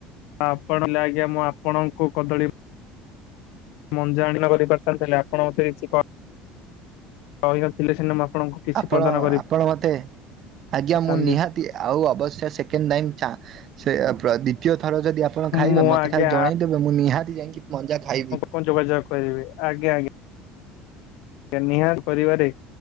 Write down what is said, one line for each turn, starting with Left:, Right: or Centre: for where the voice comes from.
Left: ଆପଣ ଥିଲେ ଆଜ୍ଞା ମୁଁ ଆପଣଙ୍କୁ କଦଳୀ ମଞ୍ଜା ଆଣି <unintelligible> ପାରିଥାନ୍ତି ଆପଣ ମଧ୍ୟ କିଛି କ କହିି ନଥିଲେ ସିନା ମୁଁ ଆପଣଙ୍କୁ କିଛି
Right: ଆପଣ
Left: ପ୍ରଦାନ
Right: ଆପଣ ମତେ ଆଜ୍ଞା
Left: କରିପାରିଥାନ୍ତି।
Right: ମୁଁ ନିହା ତି ଆଉ ଅବଶ୍ୟ ସେକେଣ୍ଡ ଟାଇମ୍ ଚାଁ ସେ ପ୍ର ଦି ତୀୟ ଥର ଯଦି ଆପଣ ଖାଇବେ
Left: ମୁଁ
Right: ମତେ
Left: ଆଜ୍ଞା
Right: ଖାଲି ଜଣେଇଦେବେ ମୁଁ ନିହାତି ଯାଇଁକି ମଞ୍ଜା ଖାଇବି।
Left: କ ଯୋଗାଯୋଗ କରିବେ। ଆଜ୍ଞ ଆଜ୍ଞା। ନିହାର କରିବାରେ